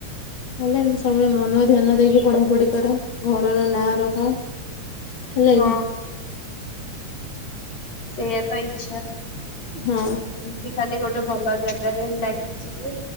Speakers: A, on the left (about 40°); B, on the left (about 85°).
A: ଭଲ ଏମିତି ସବୁବେଳେ ମନ ଧ୍ୟାନ ଦେଇକି ପଢ଼ା ପଢି଼ କର। ଘରର ନାଁ ରଖ। ହେଲାକି?
B: ହଁ ସେଇୟା ତ ଇଚ୍ଛା।
A: ହଁ।
B: <unintelligible> ଖାଲି ଗୋଟେ ଭଲ ଜାଗାରେ ଲାଗି ଯିବୁ।